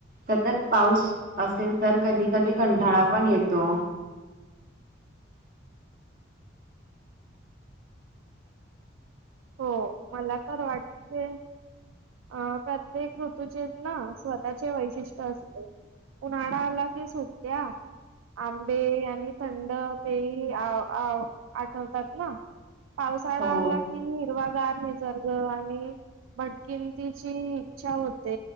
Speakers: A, on the right; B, on the right.
A: सतत पाऊस असेल तर कधी कधी कंटाळा पण येतो
B: हो मला तर वाटते अ प्रत्येक ऋतूचे ना स्वतःचे वैशिष्ट्य असते उन्हाळाा आला की सुट्या आंबे आणि थंड पेय आठवतात ना पावसाळा
A: हो
B: आला कि हिरवागार निसर्ग आणि मटकिन इच्छा होते